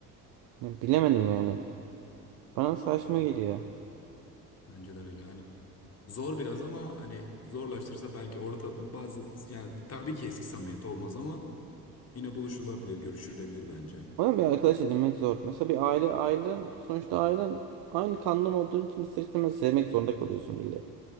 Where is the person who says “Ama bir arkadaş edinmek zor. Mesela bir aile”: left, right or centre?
Right